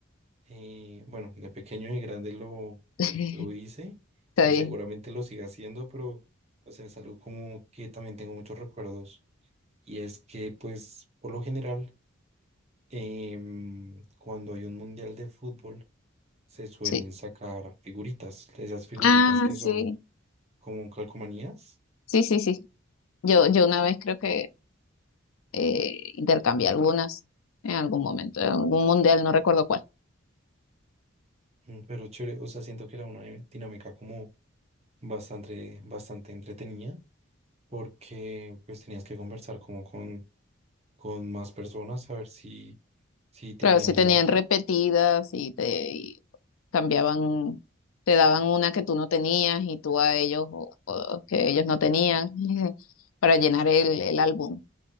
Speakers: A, on the right (about 30°); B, on the left (about 85°).
A: eh, bueno, de pequeño y grande lo,
B: <laughs>
A: lo hice
B: Está
A: y
B: bien,
A: seguramente lo siga haciendo, pero o sea, es algo como que también tengo muchos recuerdos. Y es que, pues, por lo general, em, cuando hay un mundial de fútbol, se suelen
B: sí.
A: sacar figuritas, esas figuritas
B: Ah,
A: que son
B: sí,
A: como calcomanías,
B: sí, sí, sí. Yo, yo una vez creo que eh, intercambié algunas en algún momento, en algún mundial, no recuerdo cuál.
A: mm, pero chévere, o sea, siento que era una dinámica como bastante, bastante entretenida porque pues tenías que conversar como con, con más personas a ver si, si tenían
B: Pero sí tenían
A: la...
B: repetidas y te y cambiaban, te daban una que tú no tenías y tú a ellos o, o que ellos no tenían <laughs> para llenar el, el álbum.